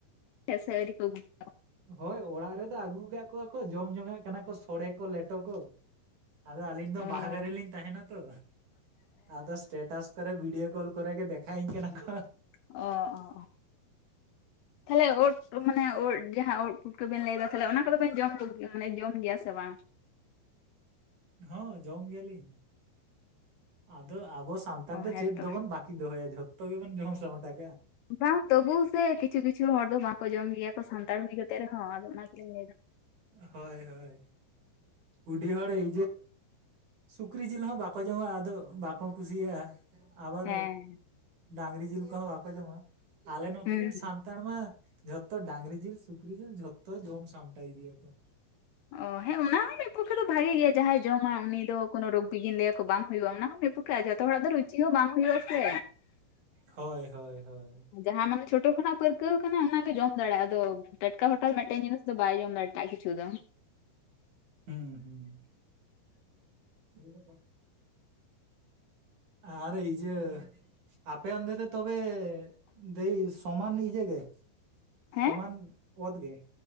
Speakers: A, on the left; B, on the right.
A: ᱥᱮ ᱟᱹᱨᱤ ᱠᱚ ᱟᱹᱜᱩᱣᱟ
B: ᱦᱳᱭ ᱚᱲᱟᱜ ᱨᱮᱫᱚ ᱟᱹᱜᱩ ᱠᱟᱜ ᱠᱚᱣᱟ ᱠᱚ ᱡᱚᱢ ᱡᱚᱝᱱᱟᱜ ᱠᱟᱱᱟ ᱠᱚ ᱥᱚᱲᱮ ᱠᱚ ᱞᱮᱴᱚ ᱠᱚ ᱟᱫᱚ ᱟᱹᱞᱤᱧ ᱫᱚ
A: ᱚ ᱚ
B: ᱵᱟᱦᱨᱮ ᱨᱮᱞᱤᱧ ᱛᱟᱦᱮᱱᱟ ᱛᱚ ᱟᱫᱚᱥ ᱥᱴᱮᱴᱟᱥ ᱠᱚᱨᱮ ᱵᱷᱤᱰᱤᱭᱳ ᱠᱚᱞ ᱠᱚᱨᱮ ᱜᱮ ᱫᱮᱠᱷᱟᱭ ᱤᱧ ᱠᱟᱱᱟ ᱠᱚ
A: ᱚᱦ
B: <inaudible>
A: ᱛᱟᱦᱚᱞᱮ ᱸᱫ ᱢᱟᱱᱮ ᱫ ᱡᱟᱦᱟᱸ ᱩᱫ ᱯᱩᱴ ᱠᱚᱵᱮᱱ ᱞᱟᱹᱭ ᱮᱫᱟ ᱛᱟᱦᱮ ᱚᱱᱟ ᱠᱚᱫᱚ ᱵᱮᱱ ᱡᱚᱢ ᱠᱚ ᱢᱟᱱᱮ ᱡᱚᱢ ᱜᱮᱭᱟ ᱥᱮ ᱵᱟᱝ
B: ᱦᱚᱸ ᱡᱚᱢ ᱜᱮᱭᱟᱞᱤᱧ ᱟᱫᱚ ᱟᱵᱚ ᱥᱟᱱᱛᱟᱲ
A: ᱚ
B: ᱫᱚ
A: ᱦᱮᱸᱛᱚ
B: ᱪᱮᱫ ᱫᱚᱵᱚᱱ ᱵᱟᱠ ᱠᱤ ᱫᱚᱦᱚᱭᱟ ᱡᱚᱛᱚ ᱜᱮᱵᱚᱱ ᱡᱚᱢ ᱥᱟᱢᱴᱟᱜ
A: ᱵᱟᱝ ᱛᱚᱵᱩ ᱥᱮ ᱠᱤᱪᱷᱩ ᱠᱤᱪᱷᱩ ᱦᱚᱲ ᱫᱚ ᱵᱟᱝᱠᱚ ᱡᱚᱢ ᱜᱮᱭᱟ ᱠᱚ ᱥᱟᱱᱛᱟᱲ ᱦᱩᱭ ᱠᱟᱛᱮᱫ ᱨᱮᱦᱚᱸ ᱟᱫᱚ ᱚᱱᱟ ᱛᱮᱞᱤᱧ ᱞᱟᱹᱭ ᱮᱫᱟ
B: ᱦᱳᱭ ᱦᱳᱭ ᱩᱰᱤ ᱦᱚᱲ ᱤᱡ ᱥᱩᱠᱨᱤ ᱡᱤᱞ ᱦᱚᱸ ᱵᱟᱠᱚ ᱡᱚᱢᱟ ᱟᱫᱚ ᱵᱟᱠᱚ ᱠᱩᱥᱤᱭᱟᱜᱼᱟ ᱟᱵᱟᱨ
A: ᱦᱮᱸ
B: ᱰᱟᱝᱨᱤ ᱡᱤᱞ ᱠᱚᱦᱚᱸ ᱵᱟᱠᱚ ᱡᱚᱢᱟ ᱟᱞᱮ ᱱᱚᱛᱮ
A: ᱦᱩᱸ
B: ᱨᱮᱱ ᱥᱟᱱ ᱛᱟᱲ ᱢᱟ ᱡᱷᱚᱛᱚ ᱰᱟᱝᱨᱤ ᱡᱤᱞ ᱥᱩᱠᱨᱤ ᱡᱤᱞ ᱡᱷᱚᱛᱚ ᱡᱚᱢ ᱥᱟᱢᱴᱟᱭ ᱫᱤᱫᱤᱭᱟ
A: ᱚ ᱦᱮᱸ ᱚᱱᱟ ᱦᱚᱸ ᱢᱤᱫ ᱯᱚᱠᱷᱮ ᱫᱚ ᱵᱷᱟᱜᱮ ᱜᱮᱭᱟ ᱡᱟᱦᱟᱸᱭ ᱡᱚᱢᱟ ᱩᱱᱤ ᱫᱚ ᱠᱳᱱᱳ ᱨᱳᱜᱤᱜᱤᱧ ᱞᱟᱹᱭᱟᱠᱚ ᱵᱟᱝ ᱦᱩᱭᱩᱜᱼᱟ ᱚᱱᱟ ᱦᱚᱸᱯᱩᱠᱷᱼᱟ ᱡᱚᱛᱚ ᱦᱚᱲᱟᱜ ᱫᱚ ᱨᱩᱪᱤ ᱦᱚᱸ ᱵᱟᱝ ᱦᱩᱭᱩᱜᱼᱟ ᱥᱮ
B: ᱦᱳᱭ ᱦᱳᱭ ᱦᱳᱭ
A: ᱡᱟᱦᱟᱸ ᱢᱟᱱᱮ ᱪᱷᱳᱴᱳ ᱠᱷᱚᱱᱟᱜ ᱯᱟᱹᱨᱠᱟᱹᱣ ᱠᱟᱱᱟ ᱚᱱᱟᱜᱮ ᱡᱚᱢ ᱫᱟᱲᱮᱭᱟᱜᱼᱟ ᱟᱫᱚ ᱴᱟᱴᱠᱟ ᱷᱚᱴᱟᱛ ᱢᱤᱫᱴᱮᱱ ᱡᱤᱱᱤᱥ ᱫᱚ ᱵᱟᱭ ᱡᱚᱢ ᱫᱟᱲᱮ ᱮᱴᱟᱜ ᱠᱤᱪᱷᱩ ᱫᱚ
B: ᱦᱩᱸ ᱦᱩᱸ <inaudible> ᱟᱨ ᱤ ᱡ ᱟᱯᱮ ᱚᱱᱫᱮ ᱫᱚ ᱛᱚᱵᱮ ᱫᱟ. ᱭ ᱥᱚᱢᱟᱱ ᱱᱤᱡᱮ ᱜᱮ
A: ᱦᱮᱸ
B: ᱥᱚᱢᱟᱱ ᱚᱛ ᱜᱮ